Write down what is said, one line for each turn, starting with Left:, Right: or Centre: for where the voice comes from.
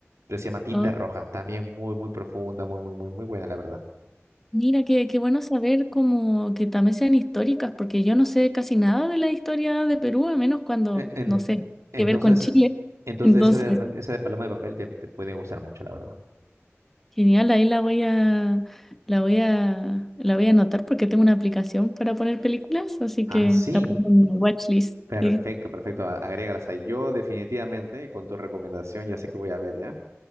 Right: Pero se llama Tinta
Centre: Oh,
Right: Roja. También muy, muy profunda, muy, muy, muy, muy buena, la verdad.
Centre: mira, qué, qué bueno saber como que también sean históricas, porque yo no sé casi nada de la historia de Perú, a menos cuando,
Right: E- en-
Centre: no sé, tiene
Right: entonces,
Centre: que ver con Chile.
Right: entonces
Centre: Entonces,
Right: esa de, esa de paloma de papel te, te puede gustar mucho, la verdad.
Centre: genial, ahí la voy a, la voy a, la voy a anotar porque tengo una aplicación para poner películas, así
Right: Ah,
Centre: que
Right: sí.
Centre: la pongo en mi watchlist.
Right: Perfecto,
Centre: Sí,
Right: perfecto. a- Agrégalas ahí. Yo definitivamente, con tu recomendación, ya sé que voy a ver, ¿ya?